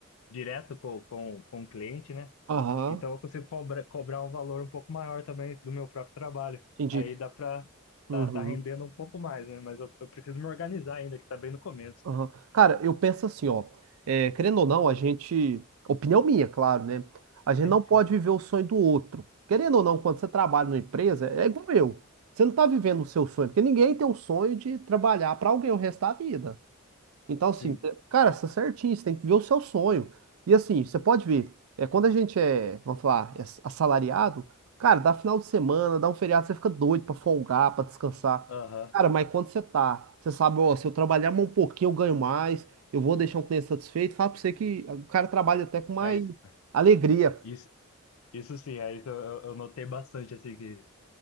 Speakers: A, on the left (about 70°); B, on the right (about 75°).
A: direto com, com, com o cliente, né?
B: Aham,
A: Então eu consigo cobra, cobrar um valor um pouco maior também do meu próprio trabalho.
B: entendi.
A: Aí dá pra
B: Uhum.
A: tá, tá rendendo um pouco mais, né? Mas eu, eu preciso me organizar ainda, que tá bem no começo.
B: Aham. Cara, eu penso assim, ó. é, querendo ou não, a gente. Opinião minha, claro, né? A gente
A: Sim,
B: não
A: sim.
B: pode viver o sonho do outro. Querendo ou não, quando você trabalha numa empresa, é igual eu. Você não tá vivendo o seu sonho, porque ninguém tem o sonho de trabalhar pra alguém o resto da vida. Então, assim,
A: Sim.
B: é, cara, você é certinho, você tem que ver o seu sonho. E assim, você pode ver, é, quando a gente é, vamos falar, é assalariado, cara, dá final de semana, dá um feriado, você fica doido pra folgar, pra descansar.
A: Aham.
B: Cara, mas quando você tá, você sabe, ó, se eu trabalhar mais um pouquinho, eu ganho mais, eu vou deixar um cliente satisfeito, fala pra você que o cara trabalha até com mais
A: É isso.
B: alegria.
A: Isso, isso sim, é isso eu, eu eu notei bastante, assim, que,